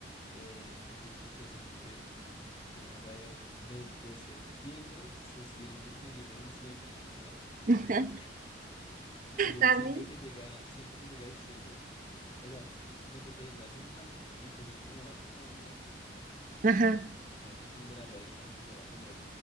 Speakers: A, on the left (about 30°); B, on the right (about 45°).
A: eh, es muy chistoso porque aquí en la radio desde septiembre se siente que viene diciembre, o sea, imagínate.
B: <laughs>
A: <laughs> Entonces
B: También.
A: siempre que llega, siempre que llega diciembre, o sea, lo que te digo, hace unos años empezó como algo como de marketing, ¿no?
B: Ajá,
A: Como el marketing de la radio para empezar a poner